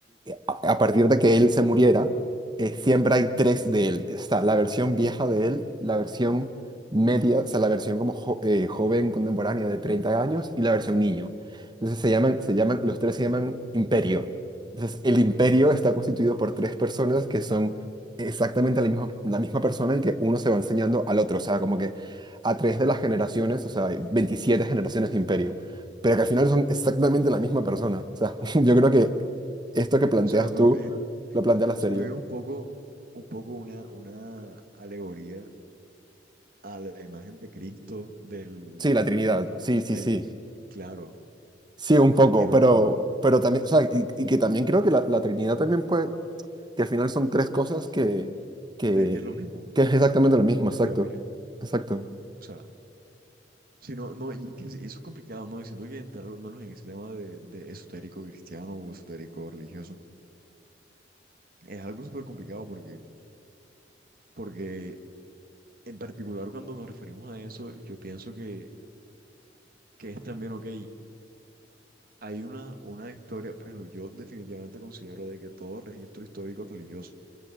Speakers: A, on the right; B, on the right.
A: a a partir de que él se muriera, eh, siempre hay tres de él. Está la versión vieja de él, la versión media, o sea, la versión como jo- eh, joven contemporánea de 30 años y la versión niño. Entonces se llaman, se llaman, los tres se llaman imperio. Entonces el imperio está constituido por tres personas que son exactamente la misma, la misma persona y que uno se va enseñando al otro. O sea, como que a través de las generaciones, o sea, hay 27 generaciones de imperio. Pero que al final son exactamente la misma persona. O sea, <laughs> yo creo que esto que planteas
B: O sea, pero
A: tú
B: es-
A: lo plantea la
B: siento
A: serie.
B: que es un poco, un poco una, una alegoría a la imagen de Cristo del,
A: Sí, la Trinidad, sí,
B: del,
A: sí, sí.
B: claro,
A: Sí, un poco,
B: qué loco,
A: pero, pero también, o sea, y, y que también creo que la, la Trinidad también puede, que al final son tres cosas que, que,
B: de que es lo mismo,
A: que es exactamente lo mismo, exacto,
B: en teoría.
A: exacto.
B: O sea, si no, no, y que es- eso es complicado, ¿no? Y siento que entrar al menos en ese tema de, de esotérico cristiano o esotérico religioso es algo súper complicado porque, porque en particular cuando nos referimos a eso, yo pienso que, que es también, ok, hay una, una historia, por ejemplo, yo definitivamente considero de que todo registro histórico religioso